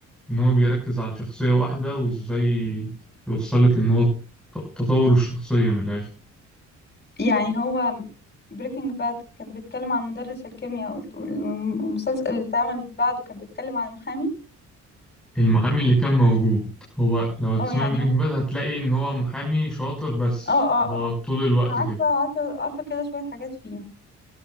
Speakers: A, in the centre; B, on the left.
A: ان هو بيركز على شخصية واحدة وازاي يوصلك ان هو ت- تطور الشخصية من الاخر
B: يعني هو بريكنج باد كان بيتكلم عن مدرس الكيمياء وال- وال- والمسلسل اللي اتعمل بعده كان بيتكلم عن المحامي
A: المحامي اللي كان موجود هو لو هتسمع
B: اه يعني
A: برينج
B: اه
A: باد هتلاقي ان هو محامي شاطر بس
B: اه
A: هو
B: اه
A: طول الوقت
B: أنا عارفة
A: كده
B: عارفة عارفة كده شوية حاجات فيه